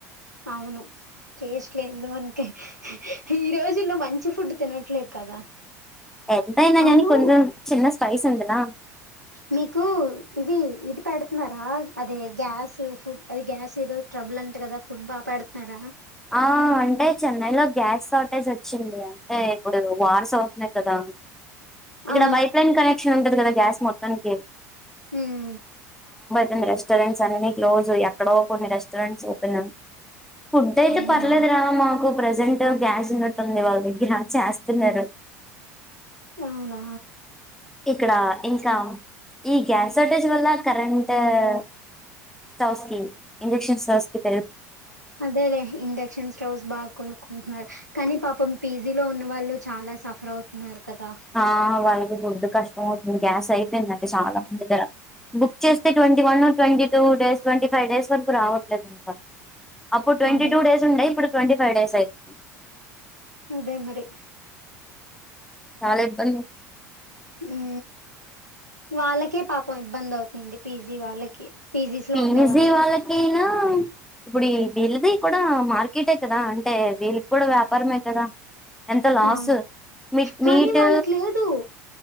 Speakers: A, on the right (about 90°); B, in the centre.
A: అవును టేస్ట్ లేందో అన్కే ఈరోజుల్లో మంచి ఫుడ్ తినట్లేదు కదా
B: ఎంతయినా
A: అవును
B: కానీ కొంచెం చిన్న స్పైస్ ఉందిలా
A: నీకు ఇది ఇది పెడుతున్నారా అదే గ్యాస్ ఫుడ్ అది గ్యాస్ ఏదో ట్రబుల్ అంట కదా ఫుడ్ బా పెడతున్నారా
B: ఆ అంటే చెన్నైలో గ్యాస్ షార్టేజ్ వచ్చింది అంటే ఇప్పుడు వార్స్ అవుతున్నాయి కదా ఇక్కడ
A: ఆ!
B: పైప్లైన్ కనెక్షన్ ఉంటది కదా గ్యాస్ మొత్తానికి
A: హ్మ్.
B: కొన్ని రెస్టారెంట్స్ అన్ని క్లోజ్ ఎక్కడో కొన్ని రెస్టారెంట్స్ ఓపెన్ ఫుడ్ అయితే
A: అవునా!
B: పర్లేదురా మాకు ప్రస్త్ ప్రజెంట్ గ్యాస్ ఉన్నట్టుంది వాళ్ళ దగ్గర చేస్తున్నారు
A: అవునా
B: ఇక్కడ ఇంకా ఈ గ్యాస్ షార్టేజ్ వల్ల current with asking injections asking
A: అదెలే ఇండక్షన్ స్టవ్స్ బాగా కొనుకుంటున్నారు కానీ పాపం పీజీ లో ఉన్న వాళ్ళు చాలా సఫర్ అవుతున్నారు కదా
B: ఆ వాళ్ళకి ఫుడ్ కష్టం అవుతుంది గ్యాస్ అయిపోందండి చాలా మంది <unintelligible> బుక్ చేస్తే twenty one twenty two days twenty five days వరకు రావట్లేదక్క అప్పుడు ట్వంటీ
A: అదే
B: టూ డేస్ ఉండే ఇప్పుడు ట్వంటీ ఫైవ్ డేస్ అయింది.
A: అదే మరి.
B: చాల ఇబ్బంది.
A: ఉ వాళ్ళకే పాపం ఇబ్బంది అవుతుంది పీజీ వాళ్ళకి పీజీస్ లో
B: పీజీ
A: ఉండే వాళ్ళకి
B: వాళ్ళకైనా ఇప్పుడు వీళ్ళది కూడా మార్కెటే కదా అంటే వీళ్ళకి కూడా వ్యాపారమే కదా ఎంత లాస్
A: అ
B: మీ
A: కానీ
B: మీట్
A: వాళ్ళకి లేదు